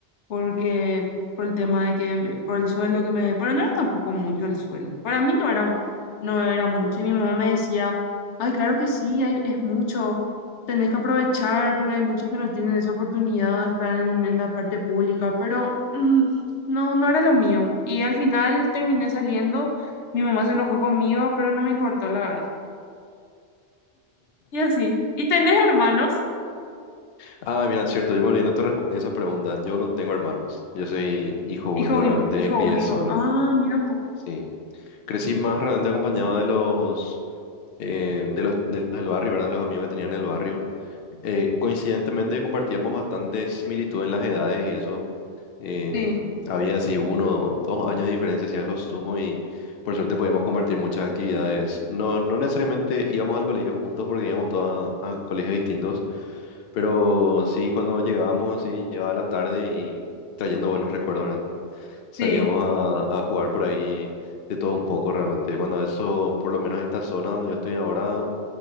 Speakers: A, on the left; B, on the left.
A: porque por el tema de que, me- por el sueldo que me, pero no era tampoco mucho el sueldo, para mí no era, no era mucho, y mi mamá me decía, ay, claro que sí, hay- es mucho, tenés que aprovechar, porque hay muchos que no tienen esa oportunidad de estar en, en la parte pública, pero mm, no, no era lo mío, y al final terminé saliendo, mi mamá se enojó conmigo, pero no me importó, la verdad, y así, ¿y tenés hermanos?
B: Ah, mira, cierto, yo me olvidé, no te respondí esa pregunta. Yo no tengo hermanos, yo soy hijo único
A: Hijo, un-
B: realmente,
A: hijo
B: me crié
A: único,
B: solo.
A: ah, mira un poco,
B: Sí. Crecí más realmente acompañado de los, eh, de los, de los del barrio, ¿verdad? Los amigos que tenía en el barrio. Eh, coincidentemente compartíamos bastante similitud en las edades y eso. En-
A: sí,
B: había así uno, dos años de diferencia, hacía lo sumo y por suerte podíamos compartir muchas actividades. No, no necesariamente íbamos al colegio juntos porque íbamos todos a, a colegios distintos, pero sí cuando llegábamos así, llegaba la tarde y trayendo buenos recuerdos, ¿verdad? Salíamos
A: sí,
B: a, a jugar por ahí de todo un poco realmente. Y cuando eso, por lo menos esta zona donde yo estoy ahora,